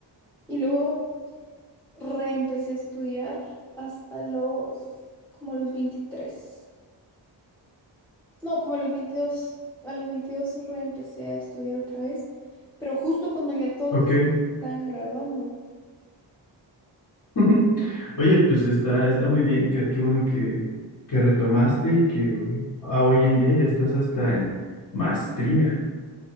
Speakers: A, in the centre; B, on the left.
A: Y luego reempecé a estudiar hasta los, como a los veintitrés No, como a los veintidós, a los 22 reempecé a estudiar otra vez, pero justo cuando ya todos
B: Ok.
A: mis amigos estaban graduando.
B: <laughs> Oye, pues está, está muy bien, qué, qué bueno que, que retomaste y que a hoy en día ya estás hasta en maestría.